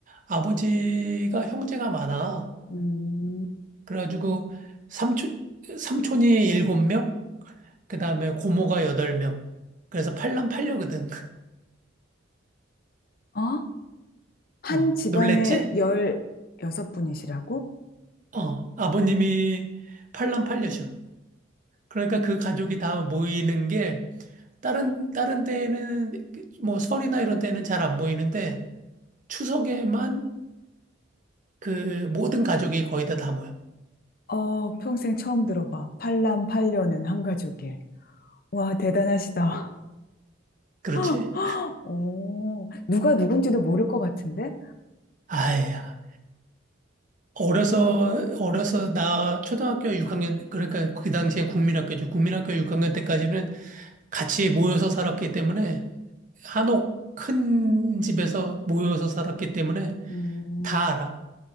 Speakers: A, on the right; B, on the left.
A: 아버지가 형제가 많아.
B: 음.
A: 그래가지고 삼촌, 삼촌이 일곱 명, 그 다음에 고모가 여덟 명. 그래서 팔남팔녀거든. <laughs>
B: 어? 한
A: 어,
B: 집안에
A: 놀랬지?
B: 16분이시라고?
A: 어, 아버님이 팔남팔녀셔. 그러니까 그 가족이 다 모이는 게 다른, 다른 데에는 뭐 설이나 이런 데는 잘 안 모이는데 추석에만 그 모든 가족이 거의 다 다 모여.
B: 어, 평생 처음 들어봐. 팔남팔녀는 한 가족에. 와, 대단하시다.
A: 그렇지?
B: <gasps> 어, 누가 누군지도 모를 것 같은데?
A: 아야. 어려서 어려서 나 초등학교 6학년 그러니까 그 당시에 국민학교죠. 국민학교 6학년 때까지는 같이 모여서 살았기 때문에 한옥 큰 집에서 모여서 살았기 때문에
B: 음,
A: 다 알아.